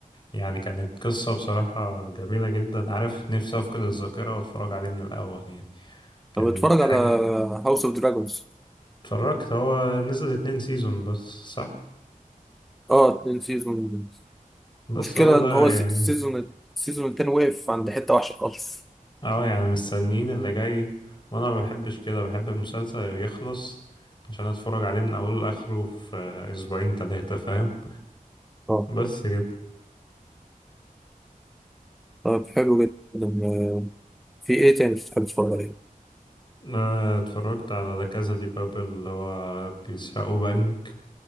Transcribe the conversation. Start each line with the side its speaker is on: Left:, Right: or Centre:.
Left: يعني كانت قصة بصراحة جميلة جدا عارف نفسي افقد الذاكرة واتفرج عليه من الاول يعني كانت
Centre: طب اتفرج
Left: حاجة
Centre: على هاوس اوف دراجونز
Left: اتفرجت هو نزل اتنين سيزون بس صح
Centre: اه اتنين سيزون
Left: بس
Centre: مشكلة
Left: هو ده
Centre: ان هو السي-
Left: يعني
Centre: السيزون السيزون التاني وقف عند حتة وحشة خالص
Left: اه يعني مستنيين اللي جاي وانا ما بحبش كده بحب المسلسل يخلص عشان اتفرج عليه من اوله لاخره في اسبوعين تلاتة فاهم
Centre: اه
Left: بس كده
Centre: طب حلو جدا آه، في ايه تاني بتحب تتفرج عليه؟
Left: آه، اتفرجت على لا كازا دي بابل اللي هو بيسرقوا بنك